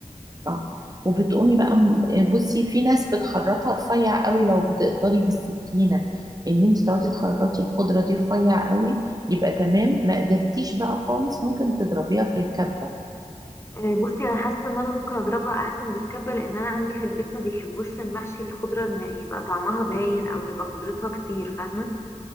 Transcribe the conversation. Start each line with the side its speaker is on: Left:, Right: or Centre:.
Right: اه وبتقومي بقى م- يعني بصي في ناس بتخرطها رفيع قوي لو بتقدري بالسكينة ان انت تقعدي تخرطي الخضرة دي رفيع قوي يبقى تمام ما قدرتيش بقى خالص ممكن تضربيها في الكبة
Left: آه، بصي انا حاسه ان انا ممكن اضربها احسن بالكبه لان انا عندي في البيت ما بيحبوش في المحشي الخضره ان يبقى طعمها باين او تبقى خضرتها كتير فاهمه